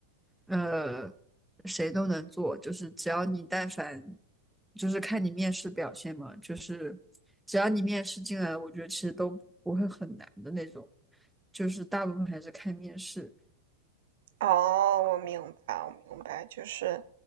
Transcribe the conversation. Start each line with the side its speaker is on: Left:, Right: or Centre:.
Centre: 呃，谁都能做，就是只要你但凡，就是看你面试表现嘛，就是只要你面试进来了我觉得其实都不会很难的那种，就是大部分还是看面试。
Right: 哦，我明白，我明白，就是，